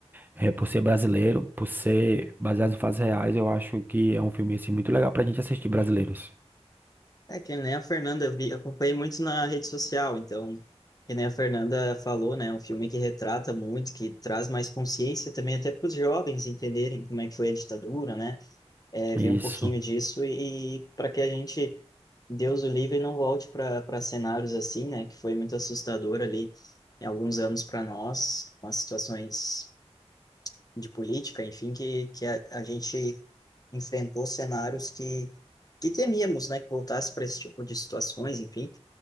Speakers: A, on the right; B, on the left.
A: eh, por ser brasileiro, por ser baseado em fatos reais, eu acho que é um filme assim muito legal pra gente assistir brasileiros.
B: É que nem a Fernanda, eu vi, acompanhei muito na rede social, então, que nem a Fernanda falou, né, é um filme que retrata muito, que traz mais consciência também até para os jovens entenderem como é que foi a ditadura, né, é,
A: Isso.
B: ver um pouquinho disso e, para que a gente, Deus o livre, não volte para para cenários assim, né, que foi muito assustador ali em alguns anos para nós, umas situações de política, enfim, que, que a, a gente enfrentou cenários que, que temíamos, né, que voltasse para esse tipo de situações, enfim.